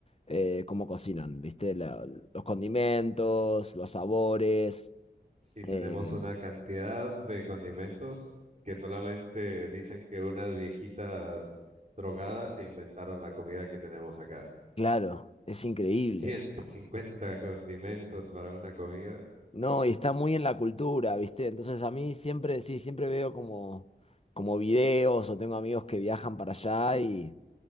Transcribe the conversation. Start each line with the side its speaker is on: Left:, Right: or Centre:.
Left: eh, cómo cocinan, viste, La- los condimentos, los sabores.
Right: Sí, tenemos
Left: Eh,
Right: una cantidad de condimentos que solamente dicen que unas viejitas drogadas se inventaron la comida que tenemos acá.
Left: claro, es increíble.
Right: <laughs> 150 condimentos para una comida.
Left: No, y está muy en la cultura, ¿viste? Entonces a mí siempre, sí, siempre veo como, como videos o tengo amigos que viajan para allá y,